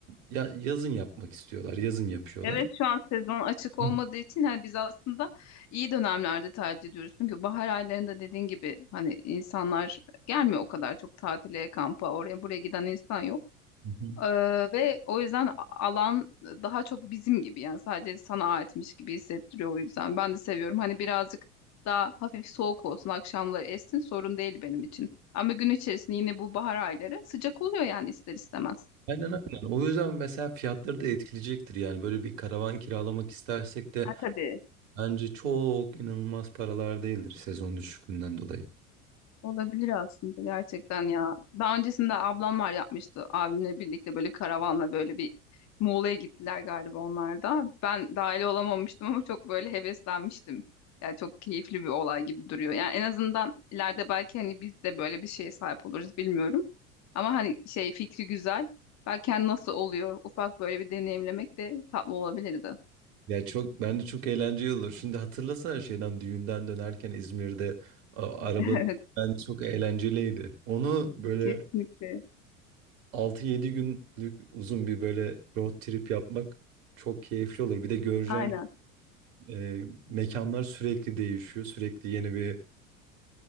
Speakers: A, on the right (about 60°); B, on the left (about 40°).
A: ya- yazın yapmak istiyorlar. Yazın yapıyorlar.
B: Evet şu an sezon açık olmadığı
A: Hı
B: için hani biz aslında iyi dönemlerde tatil ediyoruz. Çünkü bahar aylarında dediğin gibi hani insanlar gelmiyor o kadar çok tatile, kampa, oraya buraya giden insan yok.
A: hı.
B: Ee, ve o yüzden a- alan daha çok bizim gibi yani sadece sana aitmiş gibi hissettiriyor o yüzden. Ben de seviyorum hani birazcık daha hafif soğuk olsun, akşamları essin sorun değil benim için. Ama gün içerisinde yine bu bahar ayları sıcak oluyor yani ister istemez.
A: Aynen aynen. O yüzden mesela fiyatları da etkileyecektir. Yani böyle bir karavan kiralamak istersek de
B: Ha tabii.
A: Bence çok inanılmaz paralar değildir sezon düşüklüğünden dolayı.
B: Olabilir aslında gerçekten ya. Daha öncesinde ablamlar yapmıştı abimle birlikte böyle karavanla böyle bir Muğla'ya gittiler galiba onlar da. Ben dahil olamamıştım ama çok böyle heveslenmiştim. Yani çok keyifli bir olay gibi duruyor. Yani en azından ileride belki hani biz de böyle bir şeye sahip oluruz bilmiyorum. Ama hani şey fikri güzel. Belki hani nasıl oluyor ufak böyle bir deneyimlemek de tatlı olabilirdi. <laughs>
A: Ya çok bence çok eğlenceli olur. Şimdi hatırlasana şeyden düğünden dönerken İzmir'de a- arabanın
B: Evet
A: bence çok eğlenceliydi. Onu böyle
B: kesinlikle.
A: altı yedi günlük uzun bir böyle road trip yapmak çok keyifli olur. Bir de göreceğim
B: Aynen.
A: e, mekanlar sürekli değişiyor. Sürekli yeni bir